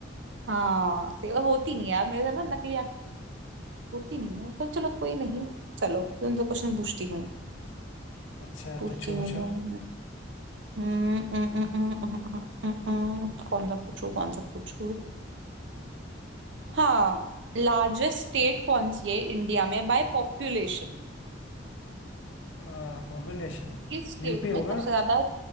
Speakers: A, on the right (about 65°); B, on the left (about 80°).
A: हाँ सही होती नहीं यार मेरे से ना नकली होती नहीं हूँ तो चलो कोई नहीं चलो तुम तो क्वेश्चन पूछती हूँ
B: अच्छा
A: पूछती
B: पूछो
A: हूँ
B: पूछो
A: मैं हम्म, हम्म, हम्म, हम्म, हम्म, हम्म, हम्म, हम्म, हम्म। कौन सा पूछू कौन सा पूछू हाँ लार्जेस्ट स्टेट कौन सी है इंडिया में बाय पॉपुलेशन
B: पॉपुलेशन
A: किस स्टेट
B: यूपी
A: में
B: होगा
A: सबसे ज्यादा